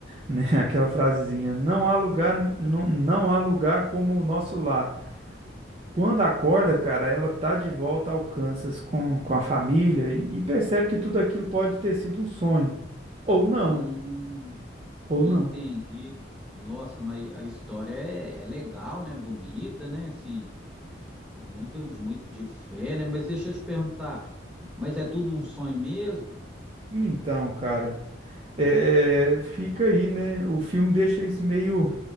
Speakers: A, on the right; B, in the centre.
A: né? <laughs> Aquela frasezinha, não há lugar, não, não há lugar como o nosso lar. Quando acorda, cara, ela tá de volta ao Kansas com, com a família e, e percebe que tudo aquilo pode ter sido um sonho. Ou não,
B: Hum,
A: ou
B: entendi.
A: não.
B: Nossa, mas a história é, é legal, né? Bonita, né? Assim, Muito de, muito de fé, né? Mas deixa eu te perguntar, mas é tudo um sonho mesmo?
A: Então, cara, é, é, fica aí, né? O filme deixa isso meio